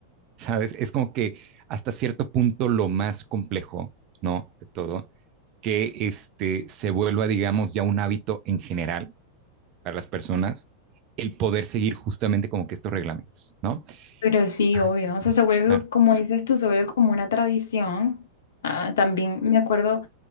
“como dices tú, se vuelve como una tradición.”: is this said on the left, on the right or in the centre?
Left